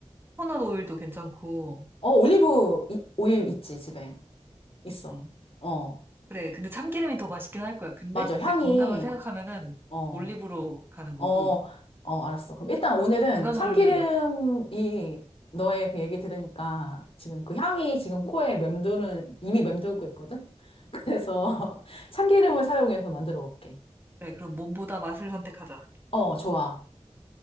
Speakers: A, on the right; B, on the left.
A: 코코넛 오일도 괜찮고,
B: 어, 올리브 이- 오일 있지, 집에. 있어.
A: 음,
B: 어,
A: 그래. 근데 참기름이 더 맛있긴 할 거야. 근데
B: 맞아. 향이,
A: 이제 건강을 생각하면은
B: 어,
A: 올리브로 가는 거고,
B: 어, 어, 알았어. 그럼 일단 오늘은
A: 건강을,
B: 참기름이 너의 그 얘기 들으니까 지금 그 향이 지금 코에 맴도는, 이미 맴돌고 있거든? 그래서 <laughs> 참기름을 사용해서 만들어 볼게.
A: 그래, 그럼 몸보다 맛을 선택하자.
B: 어, 좋아.